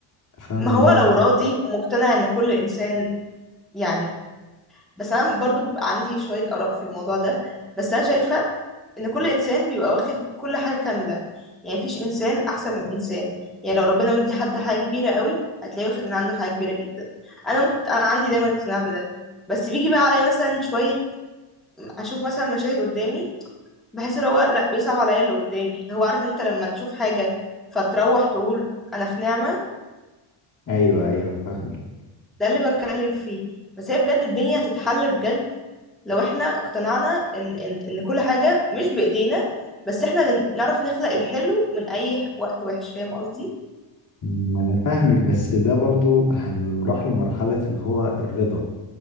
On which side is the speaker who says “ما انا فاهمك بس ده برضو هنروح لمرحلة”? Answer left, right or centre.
Left